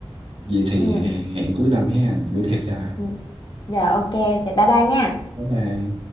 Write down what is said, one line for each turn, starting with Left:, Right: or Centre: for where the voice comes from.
Right: vậy thì
Left: ừ.
Right: hẹn cuối năm ha gửi thiệp cho
Left: ừ. Giờ ok thì bye bye nha
Right: bye bye